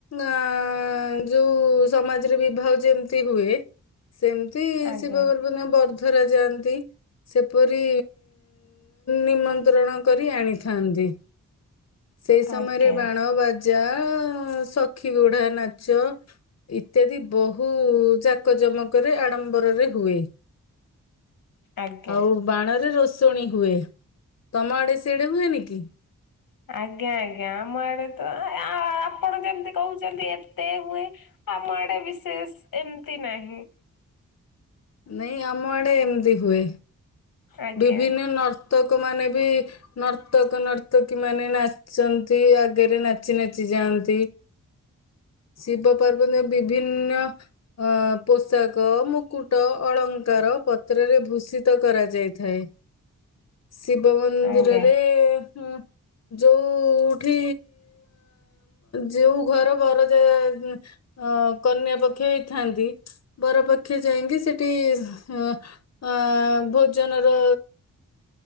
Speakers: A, on the left; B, on the left.
A: ଆ ଯୋଉ ସମାଜରେ ବିବାହ ଯେମିତି ହୁଏ। ସେମିତି
B: ଆଜ୍ଞା
A: ଶିବ ପାର୍ବତୀ ବର୍ଦ୍ଧରା ଯାଆନ୍ତି। ସେପରି ନିମନ୍ତ୍ରଣ କରି ଆଣି ଥାନ୍ତି ସେଇ ସମୟରେ
B: ଆଜ୍ଞା
A: ବାଣ ବା ଜା ସଖି ଗୁଢା ନାଚ ଇତ୍ୟାଦି ବହୁ ଚାକ ଜମକରେ ଆଡ଼ମ୍ବରରେ ହୁଏ।
B: ଆଜ୍ଞା।
A: ଆଉ ବାଣରେ ରୋଷଣୀ ହୁଏ ତମ ଆଡେ ସେ ହୁଏନି କି?
B: ଆଜ୍ଞା ଆଜ୍ଞା ଆମ ଆଡେ ତ ଆପଣ ଯେମିତି କହୁଛନ୍ତି ଏତେ ହୁଏ? ଆମ ଆଡେ ବିଶେଷ ଏମିତି ନାହିଁ।
A: ନାଇଁ ଆମ ଆଡେ ଏମିତି ହୁଏ
B: ଆଜ୍ଞା।
A: ବିଭିନ୍ନ ନର୍ତକ ମାନେ ବି ନର୍ତକ ନର୍ତକୀ ମାନେ ନାଚନ୍ତି ଆଗରେ ନାଚି ନାଚି ଯାଆନ୍ତି। ଶିବ ପାର୍ବତୀଙ୍କ ବିଭିନ୍ନ ଅ ପୋଷାକ ମୁକୁଟ ଅଳଙ୍କାର ପତ୍ରରେ ଭୂଷିତ କରାଯାଇ ଥାଏ ଶିବ ମନ୍ଦିରରେ
B: ଆଜ୍ଞା।
A: ହୁ। ଯୋଉଠି ଯୋଉ ଘର ବର ଯାଏ ଅ କନ୍ୟା ପକ୍ଷ ଥାଆନ୍ତି ବର ପକ୍ଷ ଯାଇକି ସେଠି ଅ ଅ ଭୋଜନର